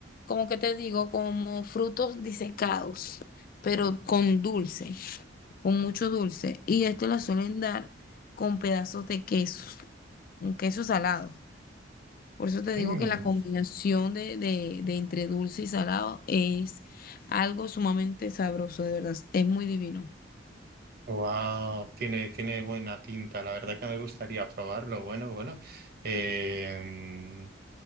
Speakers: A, on the left; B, on the right.
A: como que te digo, como frutos disecados, pero con dulce, con mucho dulce. Y esto las suelen dar con pedazos de queso, un queso salado. Por eso te
B: Mm,
A: digo que la combinación de, de, de entre dulce y salado es algo sumamente sabroso, de verdad. Es muy divino.
B: wow, tiene, tiene buena pinta. La verdad que me gustaría probarlo. Bueno, bueno. Eh,